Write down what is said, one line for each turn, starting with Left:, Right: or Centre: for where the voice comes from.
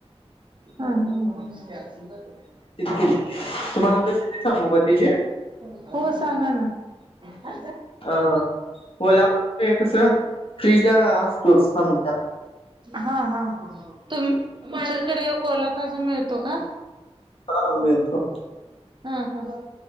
Right: हा ह
Left: केली तुम्हाला रेसिपी सांगू का तिची
Right: ह हो सांगा ना <unintelligible>
Left: अ ओला <unintelligible> कस फ्रीजला असतोच हंम
Right: हा हा तुम च्या कडे ओला काजू मिळतो का?
Left: हा मिळतो.
Right: हा हा